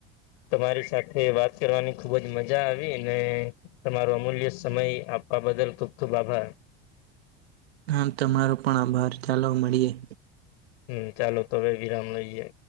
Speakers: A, on the left; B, on the right.
A: તમારી સાથે વાત કરવાની ખુબ જ મજા આવી ને- - તમારો અમૂલ્ય સમય આપવા બદલ ખુબ ખુબ આભાર.
B: હા તમારો પણ આભાર ચાલો મળીએે.
A: હમ ચાલો તોવે વિરામ લઈએે.